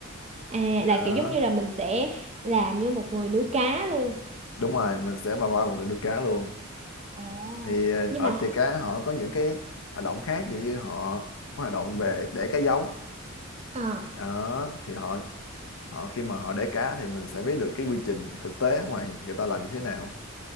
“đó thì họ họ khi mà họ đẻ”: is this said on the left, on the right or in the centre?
Left